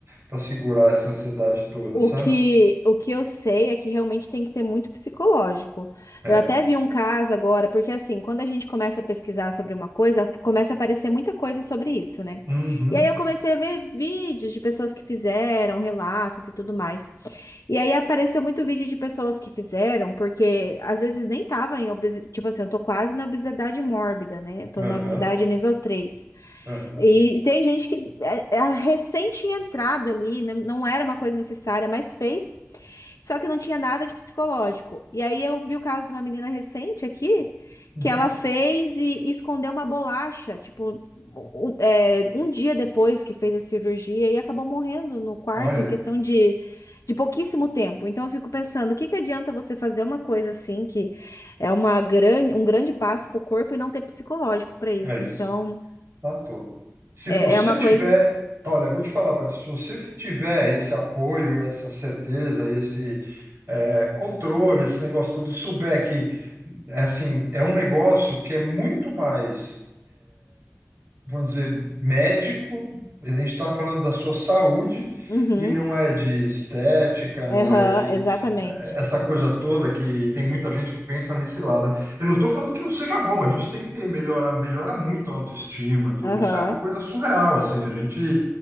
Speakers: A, on the right; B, on the left.
A: para segurar essa ansiedade toda, sabe?
B: O que, o que eu sei é que realmente tem que ter muito psicológico.
A: É.
B: Eu até vi um caso agora, porque assim, quando a gente começa a pesquisar sobre uma coisa, começa a aparecer muita coisa sobre isso, né?
A: Uhum,
B: E aí eu comecei a ver vídeos de pessoas que fizeram, relatos e tudo mais. E aí apareceu muito vídeo de pessoas que fizeram, porque às vezes nem tava em obesidade, tipo assim, eu tô quase na obesidade mórbida, né? Eu tô
A: aham,
B: na obesidade nível 3.
A: aham.
B: E, e tem gente que é, é recém tinha entrado ali, não, não era uma coisa necessária, mas fez. Só que não tinha nada de psicológico. E aí eu vi o caso de uma menina recente aqui,
A: Uhum.
B: que ela fez e, e escondeu uma bolacha, tipo, um, um, é, um dia depois que fez a cirurgia e acabou morrendo no quarto
A: Olha,
B: em questão de, de pouquíssimo tempo. Então eu fico pensando, o que que adianta você fazer uma coisa assim que é uma grande, um grande passo para o corpo e não ter psicológico para isso?
A: é isso.
B: Então
A: Matou. Se
B: é,
A: você
B: é uma
A: tiver,
B: coisa.
A: olha, eu vou te falar, Patrícia, se você tiver esse apoio, essa certeza, esse eh, controle, esse negócio todo, e souber que, é assim, é um negócio que é muito mais vamos dizer, médico, a gente está falando da sua saúde
B: Uhum.
A: e não é de estética, não
B: Aham,
A: é de
B: exatamente.
A: eh, essa coisa toda que tem muita gente que pensa nesse lado. Eu não estou falando que não seja bom, a gente tem que ter, melhorar, melhora muito a autoestima, tudo.
B: Aham.
A: Isso é uma coisa surreal, assim, a gente